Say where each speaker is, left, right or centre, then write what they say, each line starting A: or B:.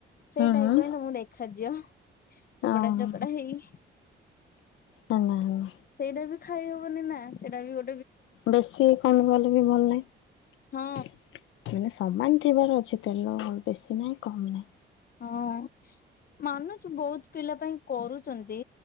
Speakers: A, on the left; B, on the left.
A: ସେଇ
B: ହୁଁ
A: ଟାଇପ
B: ହୁଁ
A: ର ହିଁ ତମକୁ ଦେଖାଯିବ। ଚକଡା
B: ଓହୋ
A: ଚକଡା ହେଇ
B: ହେଲା ହେଲା।
A: ସେଇଟା ବି ଖାଇ ହବନି ନା ସେଇଟା ବି ଗୋ
B: ବେଶୀ କମିଗଲେ ବି ଭଲ ନାହଁ।
A: ହଁ
B: ସମାନ ଥିବାର ଅଛି, ତେଲ ବେଶୀ ନାହିଁ କମ୍ ନାହିଁ।
A: ହଁ। ମାନୁଛୁ ବହୁତ ପିଲା ପାଇଁ କରୁଛନ୍ତି,